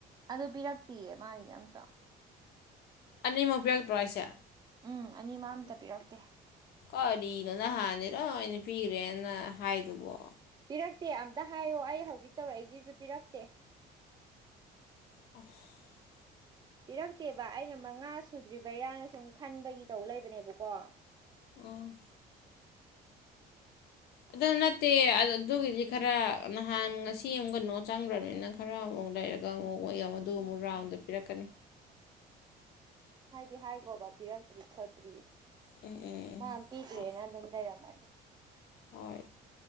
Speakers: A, on the right; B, on the left.
A: ꯑꯗꯨ ꯄꯤꯔꯛꯇꯤꯌꯦ ꯃꯥꯒꯤ ꯑꯝꯇ
B: ꯑꯅꯤꯃꯛ ꯄꯤꯔꯛꯇ꯭ꯔꯣ ꯍꯥꯏꯁꯦ
A: ꯎꯝ ꯑꯅꯤꯃꯛ ꯑꯃꯝꯇ ꯄꯤꯔꯛꯇꯦ
B: ꯀꯔꯤꯅꯣ ꯅꯍꯥꯟꯗꯤ ꯂꯣꯏꯅ ꯄꯤꯔꯦꯅ ꯍꯥꯏꯗꯨꯕꯨ
A: ꯄꯤꯔꯛꯇꯦ ꯑꯝꯇ ꯍꯥꯏꯌꯣ ꯑꯩ ꯍꯧꯖꯤꯛ ꯇꯧꯔꯩꯏꯁꯤꯁꯨ ꯄꯤꯔꯛꯇꯦ
B: ꯑꯁ
A: ꯄꯤꯔꯛꯇꯦꯕ ꯑꯩꯅ ꯃꯉꯥ ꯁꯨꯗ꯭ꯔꯤꯕꯩꯔꯥꯅ ꯁꯨꯝ ꯈꯟꯕꯒꯤ ꯇꯧ ꯂꯩꯕꯅꯦꯕꯀꯣ
B: ꯎꯝ ꯑꯗꯨ ꯅꯠꯇꯦ ꯑꯗꯨꯒꯤꯗꯤ ꯈꯔ ꯅꯍꯥꯟ ꯉꯁꯤ ꯑꯃꯒꯅꯣ ꯆꯪꯈ꯭ꯔꯕꯅꯤꯅ ꯈꯔ ꯑꯃꯨꯛ ꯂꯩꯔꯒ ꯑꯃꯨꯛ ꯃꯣꯏ ꯑꯃꯗꯨꯃꯨꯛ ꯔꯥꯎꯟꯗ ꯄꯤꯔꯛꯀꯅꯤ
A: ꯍꯥꯏꯗꯤ ꯍꯥꯏꯈꯣꯕ ꯄꯤꯔꯛꯇ꯭ꯔꯤ ꯈꯣꯠꯇ꯭ꯔꯤ
B: ꯎꯝ ꯎꯝ
A: ꯃꯥ ꯄꯤꯈ꯭ꯔꯦꯅ
B: ꯎꯝ
A: ꯑꯗꯨꯝ ꯂꯩꯔꯝꯃꯅꯤ <inaudible>
B: ꯍꯣꯏ